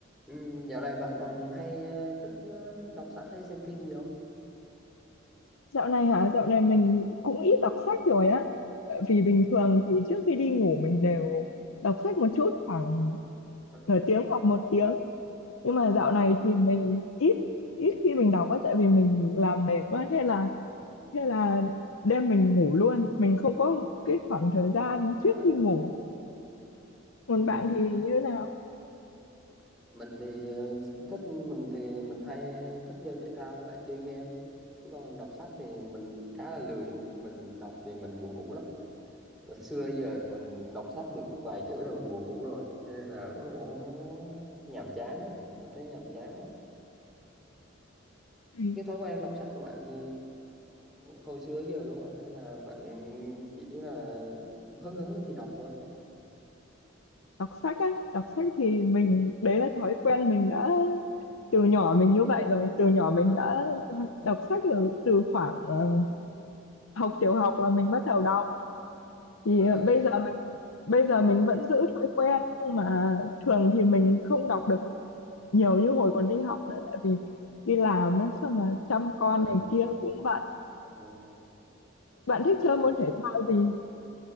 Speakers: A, in the centre; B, on the left.
A: Ừ, dạo này bạn còn hay ờ, thích ờ, đọc sách hay xem phim gì không?
B: Dạo này hả? Dạo này mình cũng ít đọc sách rồi á. Tại Vì bình thường thì trước khi đi ngủ mình đều đọc sách một chút khoảng
A: Ờ,
B: nửa tiếng hoặc một tiếng. Nhưng mà dạo
A: ờ,
B: này thì mình ít ít khi mình đọc á tại vì mình làm mệt quá thế là
A: ừ,
B: thế là đêm mình ngủ luôn. Mình không có cái khoảng thời gian trước
A: ờ,
B: khi ngủ. Còn
A: ừ.
B: bạn thì như thế nào?
A: Mình thì ờ, thích mình thì mình hay thích chơi thể thao với lại chơi game chứ còn đọc sách thì mình khá là lười mình đọc thì mình buồn ngủ lắm Ngày xưa giờ thì mình đọc sách được vài chữ là mình buồn ngủ rồi cho nên là cũng nó cũng không nhàm chán á mình thấy nhàm chán á
B: Ừ.
A: cái thói quen đọc sách của bạn thì hồi xưa tới giờ luôn à hay là bạn chỉ là hứng hứng lên thì đọc thôi
B: Đọc sách á, đọc sách thì mình đấy là thói quen mình đã từ nhỏ mình như vậy rồi từ nhỏ mình
A: ờ
B: đã đọc sách từ từ khoảng ờ,
A: ờ
B: học tiểu học là mình bắt đầu đọc thì
A: ờ
B: ờ, bây giờ mình bây giờ mình vẫn giữ thói quen nhưng mà thường thì mình không đọc được nhiều như hồi còn đi học nữa tại vì đi làm á xong mà chăm con
A: ờ
B: này kia cũng bận
A: ờ,
B: bạn thích
A: ờ.
B: chơi môn thể thao gì